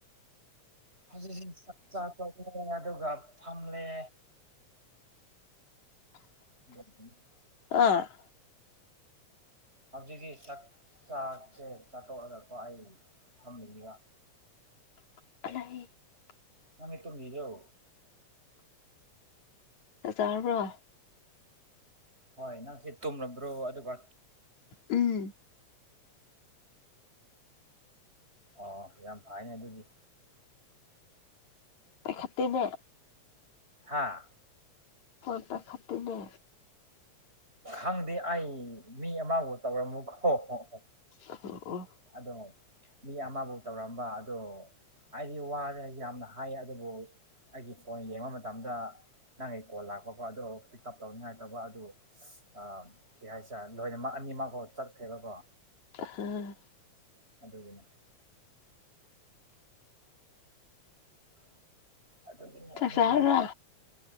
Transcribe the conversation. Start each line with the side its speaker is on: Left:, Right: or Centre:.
Right: ꯍꯧꯖꯤꯛ ꯆꯥꯛ ꯆꯥ ꯇꯣꯛꯂꯦ ꯑꯗꯨꯒ ꯄꯝꯂꯦ <unintelligible>
Left: ꯑ
Right: ꯍꯧꯖꯤꯛꯇꯤ ꯆꯥꯛ ꯆꯥꯛꯁꯦ ꯆꯥꯠꯇꯣꯛꯑꯒꯀꯣ ꯑꯩ ꯄꯝꯃꯤꯕ
Left: <unintelligible>
Right: ꯅꯪ <unintelligible> ꯇꯨꯝꯃꯤꯔꯣ
Left: ꯆꯥꯛ ꯆꯥꯔꯕ꯭ꯔꯣ
Right: ꯍꯣꯏ ꯅꯪꯁꯦ ꯇꯨꯝꯂꯝꯕ꯭ꯔꯣ ꯑꯗꯨꯒ
Left: ꯎꯝ
Right: ꯑꯣ ꯌꯥꯝ ꯐꯩꯌꯅꯦ ꯑꯗꯨꯗꯤ
Left: ꯄꯥꯏꯈꯠꯇꯦꯅꯦ
Right: ꯍꯥꯥ
Left: ꯐꯣꯟ ꯄꯥꯏꯈꯠ ꯇꯦꯅꯦ
Right: ꯈꯪꯗꯦ ꯑꯩ ꯃꯤ ꯑꯃꯕꯨ ꯇꯧꯔꯃꯨꯛ ꯍꯣ ꯍꯣ ꯍꯣ
Left: <unintelligible> ꯑꯣ
Right: ꯑꯗꯣ ꯃꯤ ꯑꯃꯕꯨ ꯇꯧꯔꯝꯕ ꯑꯗꯣ ꯍꯩꯗꯤ ꯋꯥꯔꯦ ꯌꯥꯝꯅ ꯍꯥꯏ ꯑꯗꯨꯕꯨ ꯑꯩꯒꯤ ꯐꯣꯟ ꯌꯦꯡꯕ ꯃꯇꯝꯗ ꯅꯪꯒꯤ ꯀꯣꯜ ꯂꯥꯛꯄꯀꯣ ꯑꯗꯣ ꯄꯤꯛ ꯎꯞ ꯇꯧꯅꯤꯡꯉꯥꯏ ꯇꯧꯕ ꯑꯗꯨ <unintelligible> ꯑ ꯀꯩ ꯍꯥꯏꯁꯤꯔ ꯂꯣꯏꯅꯃꯛ ꯑꯅꯤꯃꯛ <unintelligible> ꯆꯠꯈ꯭ꯔꯦꯕꯀꯣ
Left: <unintelligible>
Right: ꯑꯗꯨꯒꯤꯅꯦ ꯑꯗꯨꯒꯤꯅꯤ ꯑꯗꯨꯒꯤꯅꯤ
Left: ꯆꯥꯔꯕ꯭ꯔꯥ